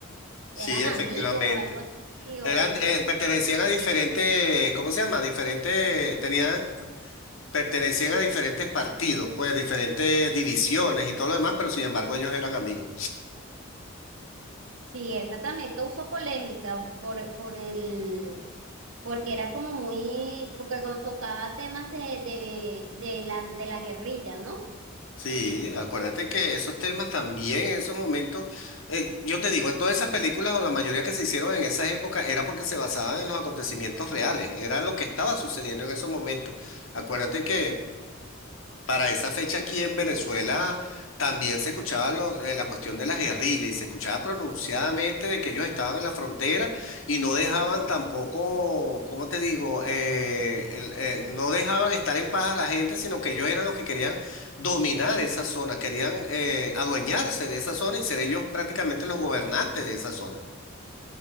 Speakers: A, on the left; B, on the right.
A: sí,
B: Eran
A: efectivamente.
B: amigos, algo así, o
A: Eran,
B: se,
A: eh, pertenecían a diferentes, ¿cómo se llama? Diferentes, tenían, pertenecían a diferentes partidos, pues diferentes divisiones y todo lo demás, pero sin embargo ellos eran amigos.
B: sí, esa también causó polémica por, por el, porque era como muy, porque co- tocaba temas de, de, de la, de la guerrilla, ¿no?
A: Sí, acuérdate que esos temas también en esos momentos, eh, yo te digo, todas esas películas o la mayoría que se hicieron en esas épocas era porque se basaban en los acontecimientos reales, era lo que estaba sucediendo en esos momentos. Acuérdate que... Para esa fecha aquí en Venezuela también se escuchaba lo- eh, la cuestión de las guerrillas y se escuchaba pronunciadamente de que ellos estaban en la frontera y no dejaban tampoco, ¿cómo te digo? Eh, el- eh, no dejaban estar en paz a la gente, sino que ellos eran los que querían dominar esa zona, querían eh, adueñarse de esa zona y ser ellos prácticamente los gobernantes de esa zona.